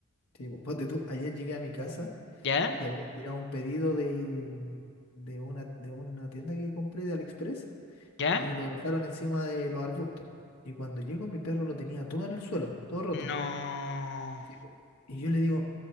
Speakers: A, on the left (about 85°); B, on the left (about 55°).
A: Sí, po. Ponte tú, ayer llegué a mi casa
B: <laughs> ¿Ya?
A: y había tirado un pedido de, de una, de una tienda que compré de AliExpress
B: ¿Ya?
A: y lo dejaron encima de los arbustos. Y cuando llego, mi perro lo tenía todo en el suelo, todo roto.
B: No.
A: Sí, po. Y yo le digo,